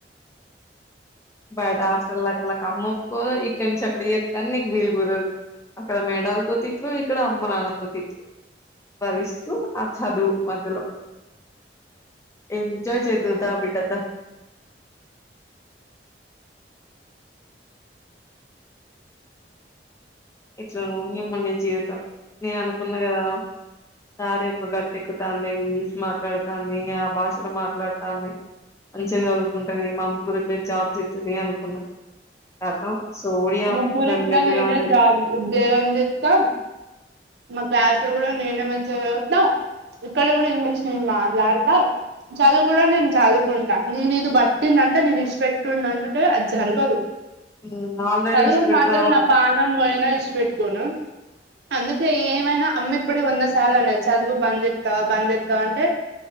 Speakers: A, on the left; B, on the right.
A: బయట హాస్టల్ లకి లకి అమ్మ ఒప్పుకోదు ఇక్కడ నుంచి అక్కడ చేత్తాని నీకు వీలు కుదరదు అక్కడ మేడాలతో తిట్లు ఇక్కడ అమ్మ నాన్నతో తిట్లు భరిస్తూ ఆ చదువు మధలో ఎంజాయ్ చేద్దువు దా బిడ్డ దా ఎట్లానో ఏమో నీ జీవితం నేను అనుకున్నా కదా తా రేపు గట్టు ఎక్కుతాంది ఇంగ్లీష్ మాట్లాడుతాంది ఆ భాషలో మాట్లాడుతాంది మంచిగా చదుకుంటది మా ముగ్గురు ఎట్లే జాబ్ చేత్తది అనుకున్నా ఖతం సోడియా
B: ముగ్గురిట్లా
A: ఒక రెండు నెల్లు
B: నేనే
A: కాలేదు
B: జాబ్ ఉద్యోగం జేత్తా మా క్లాస్ లో కూడా నేనే మంచిగా చదువుతా ఇక్కడ కూడా ఇంగ్లీష్ నేను మాట్లాడుతా చదువు కూడా నేను చదువుకుంటా నేను ఇది బట్టిన్ అంటే నేను ఇడిషిపెట్టుడునన్ అంటే అది జరుగదు
A: ఉమ్, ఆల్రెడీ
B: అది
A: ఇడిషిపెడతా
B: కూడా మాత్రం నా పానం పోయినా ఇషిపెట్టుకోను అందు తే ఏమైనా అమ్మిప్పుడుకి వంద సార్లు అన్నది చదువు బంద్ చేత్తవా బంద్ చేత్తవా అంటే